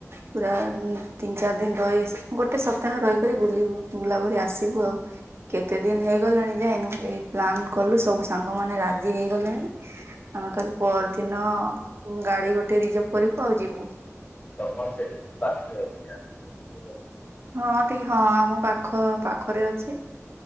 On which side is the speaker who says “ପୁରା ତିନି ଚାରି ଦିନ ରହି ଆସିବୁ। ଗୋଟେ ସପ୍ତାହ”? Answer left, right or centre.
Right